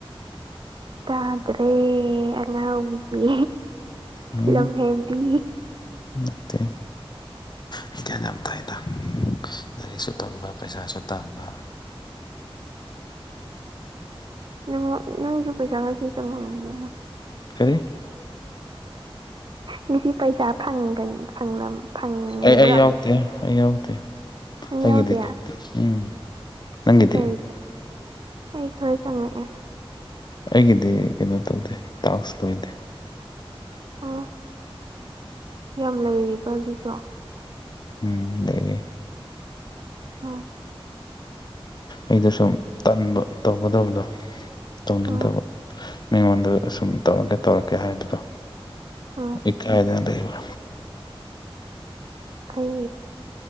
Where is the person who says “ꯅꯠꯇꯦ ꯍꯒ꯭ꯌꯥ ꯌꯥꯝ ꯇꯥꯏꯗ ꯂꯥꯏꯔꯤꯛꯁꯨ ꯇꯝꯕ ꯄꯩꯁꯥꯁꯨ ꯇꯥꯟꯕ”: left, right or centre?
Left